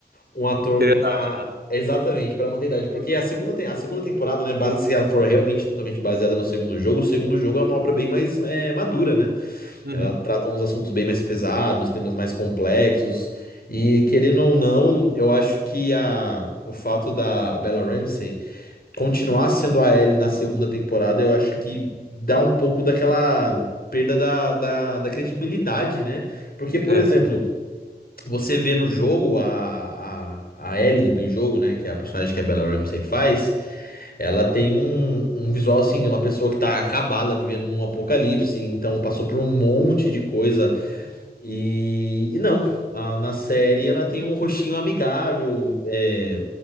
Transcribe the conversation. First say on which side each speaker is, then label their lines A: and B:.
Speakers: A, on the left; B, on the right.
A: um ator
B: Seriedade,
A: com uma.
B: né?
A: Exatamente, pra manter a idade. Porque a segunda, tem- a segunda temporada, né, base, se ela for realmente totalmente baseada no segundo jogo, o segundo jogo é uma obra bem mais é, madura, né?
B: Uhum.
A: Ela trata uns assuntos bem mais pesados, temas mais complexos. E querendo ou não, eu acho que a, o fato da Bella Ramsey continuar sendo a Ellie na segunda temporada, eu acho que dá um pouco daquela perda da, da, da credibilidade, né? Porque, por
B: É.
A: exemplo, você vê no jogo a, a, a Ellie do jogo, né? Que é a personagem que a Bella Ramsey faz, ela tem um, um visual assim de uma pessoa que tá acabada, vivendo num apocalipse, então passou por um monte de coisa e, e não, a- na série ela tem um rostinho amigável, é,